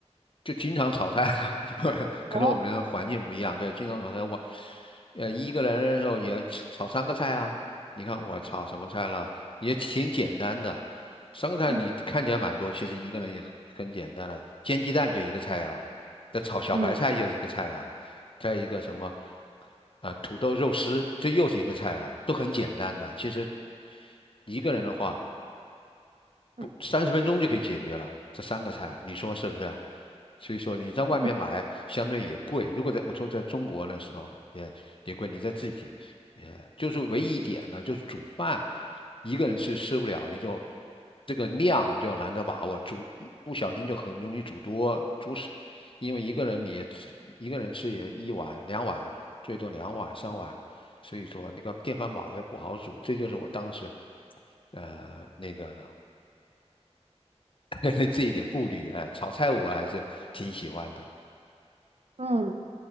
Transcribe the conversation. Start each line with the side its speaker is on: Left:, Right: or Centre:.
Left: 就经常炒菜啊，<laughs> 可能我们的环境不一样，
Right: 哦，
Left: 对，经常炒菜。我呃一个人的时候也要炒三个菜啊，你看我炒什么菜了，也挺简单的，三个菜你看起来蛮多，
Right: 嗯
Left: 其实一个人也很简单了，煎鸡蛋就一个菜啊，再炒小白菜又一个菜啊，
Right: 嗯
Left: 再一个什么啊土豆肉丝，这又是一个菜啊，都很简单的，其实。一个人的话，
Right: 嗯
Left: 不三十分钟就可以解决了，这三个菜，你说是不是？所以说你在外面买相对也贵，
Right: 嗯
Left: 如果在我说在中国的时候也也贵，你在自己，呃，就是唯一一点呢，就是煮饭一个人吃吃不了，你就这个量就难得把握，煮不小心就很容易煮多煮少，因为一个人你也吃一个人吃也一碗两碗，最多两碗三碗，所以说那个电饭煲也不好煮，这就是我当时呃那个呢。<laughs> 这一点顾虑，哎，炒菜我还是挺喜欢的。
Right: 嗯，